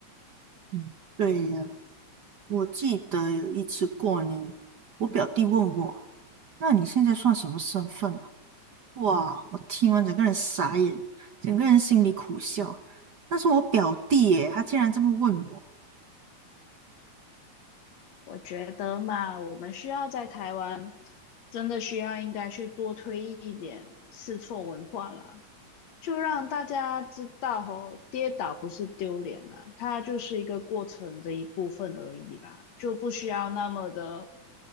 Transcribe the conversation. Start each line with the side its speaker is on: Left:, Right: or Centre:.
Right: 嗯。对呀，我记得有一次过年，我表弟问我：“那你现在算什么身份啊？”哇，我听完整个人傻眼，整个人心里苦笑。那是我表弟耶，他竟然这么问我。
Left: 我觉得嘛，我们需要在台湾真的需要应该去多推一点试错文化啦。就让大家知道吼，跌倒不是丢脸啊，它就是一个过程的一部分而已啦，就不需要那么的，